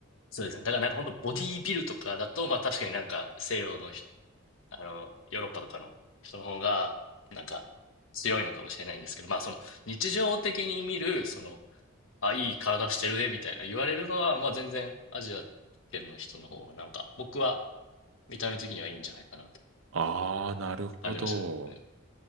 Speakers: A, on the left; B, on the right.
A: そうですね。だからなんか本当ボディービルとかだと、まあ確かになんか西洋の人あの、ヨーロッパとかの人の方が、なんか、強いのかもしれないんですけど、まあ、その、日常的に見る、その、あ、いい体してるね、みたいな言われるのは、まあ、全然、アジア圏の人の方が、なんか、僕は、見た目的にはいいんじゃないかなと
B: あー、なるほど。
A: 感じましたね。